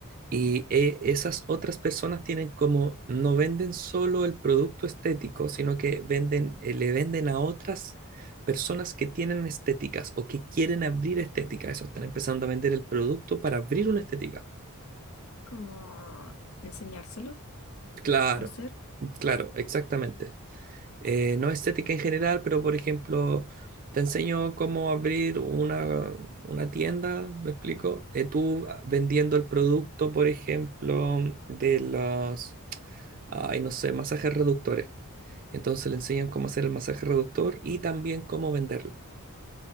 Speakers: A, on the right; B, on the left.
A: Y eh, esas otras personas tienen como, no venden solo el producto estético, sino que venden, eh, le venden a otras personas que tienen estéticas o que quieren abrir estética. Eso, están empezando a vender el producto para abrir una estética.
B: como enseñárselo
A: Claro,
B: a hacer.
A: mm, claro, exactamente. eh, no estética en general, pero por ejemplo, te enseño cómo abrir una, una tienda, ¿me explico? Eh, tú ah, vendiendo el producto, por ejemplo, de los, ay, no sé, masajes reductores. Entonces le enseñan cómo hacer el masaje reductor y también cómo venderlo.